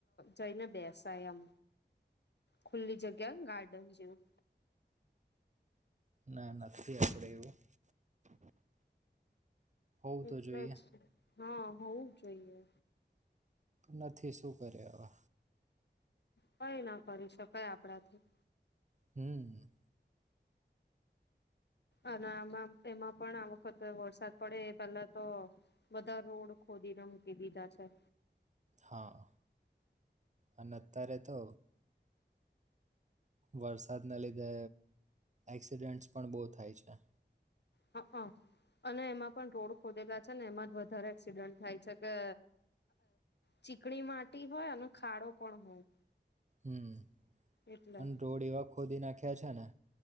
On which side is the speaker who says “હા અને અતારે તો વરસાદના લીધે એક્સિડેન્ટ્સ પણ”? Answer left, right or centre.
Right